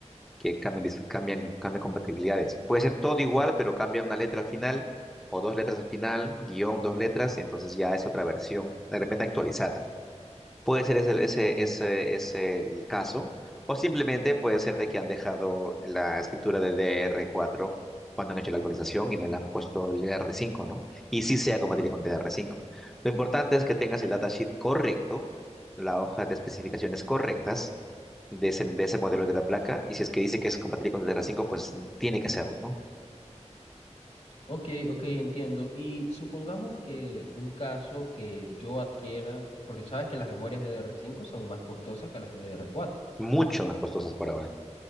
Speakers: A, in the centre; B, on the left (about 60°).
A: que cambian, dis- cambian, cambian compatibilidades. Puede ser todo igual, pero cambia una letra al final o dos letras al final, guión, dos letras, entonces ya es otra versión, de repente actualizada. Puede ser ese, ese,
B: Ok.
A: ese es el caso, o simplemente puede ser de que han dejado la escritura de dr cuatro cuando han hecho la actualización y no le han puesto el dr cinco, ¿no? Y sí sea compatible con dr cinco. Lo importante es que tengas el datasheet correcto, la hoja de especificaciones correctas de ese, de ese modelo de la placa, y si es que dice que es compatible con dr cinco, pues tiene que hacerlo, ¿no?
B: Ok, ok, entiendo. Y supongamos que un caso que yo adquiera, porque sabes que las memorias ddr cinco son más costosas que las ddr cuatro.
A: Mucho más costosas por ahora.